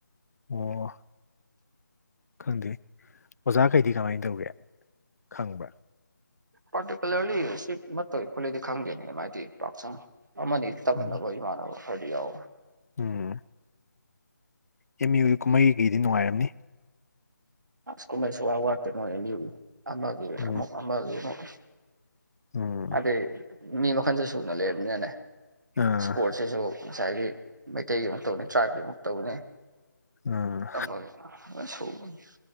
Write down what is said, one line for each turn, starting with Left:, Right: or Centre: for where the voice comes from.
Left: ꯑꯣ ꯈꯪꯗꯦ ꯑꯣꯖꯥꯈꯩꯗꯤ ꯀꯃꯥꯏꯅ ꯇꯧꯒꯦ ꯈꯪꯕ꯭ꯔꯥ
Right: ꯄꯥꯇꯤꯀꯨꯂꯔꯂꯤ ꯁꯤ ꯃꯥꯇꯧꯏ ꯈ‌ꯣꯠꯂ‌ꯦꯗꯤ ꯈꯥꯡꯗꯦꯅ‌ꯦ ꯑꯝ ꯑꯥꯏ ꯇꯤ ꯄꯥꯛ ꯆꯡ ꯑꯃꯅꯤ ꯇꯝꯅꯕ
Left: ꯎꯝ
Right: ꯏꯃꯥꯟꯅꯕ ꯈꯔꯗꯤ ꯌꯥꯎꯋ‌ꯦ
Left: ꯎꯝ ꯑꯦꯝ ꯌꯨ ꯀꯨꯝꯍꯩꯩꯒꯤꯗꯤ ꯅꯨꯡꯉꯥꯏꯔꯝꯅꯤ
Right: ꯑꯁ ꯀꯨꯝꯍꯩ ꯁꯨꯋꯥꯠꯋꯥꯠꯇ‌ꯦ ꯅꯣꯏ ꯑꯝ ꯌꯨꯒꯤ ꯑꯃꯒꯤ
Left: ꯎꯝ
Right: ꯑꯃꯨꯛ ꯑꯃꯒꯤ ꯑꯃꯨꯛ
Left: ꯎꯝ
Right: ꯍꯥꯏꯗꯤ ꯃꯤ ꯃꯈꯜꯁꯨ ꯁꯨꯅ ꯂꯩꯔꯕꯅꯤꯅꯅꯦ
Left: ꯑꯥ
Right: ꯁ꯭ꯄꯣꯔꯠꯁꯤꯁꯨ ꯉꯁꯥꯏꯒꯤ ꯃꯩꯇꯩꯒꯤ ꯑꯃꯨ ꯇꯧꯅꯤ ꯇ꯭ꯔꯥꯏꯕꯀꯤ ꯑꯃꯨ ꯇꯧꯅꯤ
Left: ꯑꯥ
Right: ꯑꯃꯒꯤ ꯐꯟ ꯁꯨꯍꯧꯕꯅꯤ